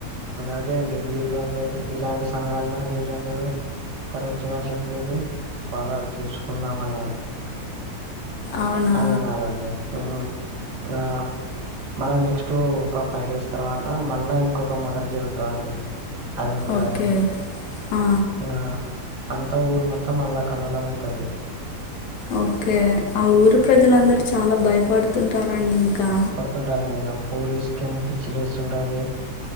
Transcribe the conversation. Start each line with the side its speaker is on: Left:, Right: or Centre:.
Right: అదే అండి వీర్లందరూ ఇలాంటి సమయాల వీరులందరూ తరచుగ చెప్పేది పద చూసుకుందామ అని అ
Left: అవునా
Right: అని అనాలండి మ్మ్ ఆ మళ్ళా నెక్స్ట్ ఒక ఫైవ్ డేస్ తర్వాత మళ్ళా ఇంకొక మర్డర్ జరుగుతదండి, అదే ఊరటనే
Left: ఓకే ఆ
Right: ఆ అంత ఊరు మొత్తం అల్ల కల్లోలమవుతది,
Left: ఓకే ఆ ఊరి ప్రజలందరూ చాలా భయపడుతుంటారండి ఇంకా
Right: కుంటారండి ఆ పోలీసుకేమో పిచ్చిలేస్తుంటది,